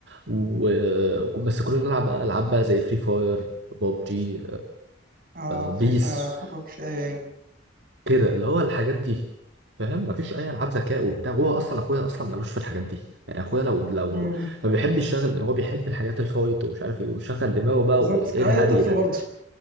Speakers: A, on the right; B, on the right.
A: و... بس كنا بنلعب بقى العاب بقى زي فري فاير بوب جي
B: اه في
A: بيس،
B: فرق فرق مش ايوه ايوه
A: كده اللي هو الحاجات دي فاهم مفيش اي العاب ذكاء وبتاع وهو اصلا اخويا اصلا ملوش في الحاجات دي يعني اخويا لو لو
B: أمم.
A: ما بيحبش يشغل هو بيحب الحاجات الفايت ومش عارف ايه ويشغل دماغه بقى
B: بالظبط
A: وايه
B: كأي
A: الهري
B: طفل
A: ده
B: برضه